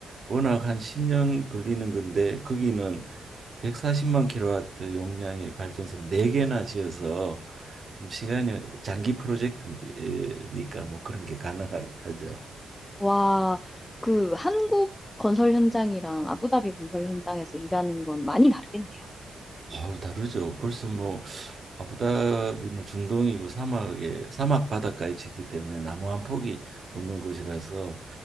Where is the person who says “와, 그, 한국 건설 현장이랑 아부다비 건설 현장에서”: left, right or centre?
Left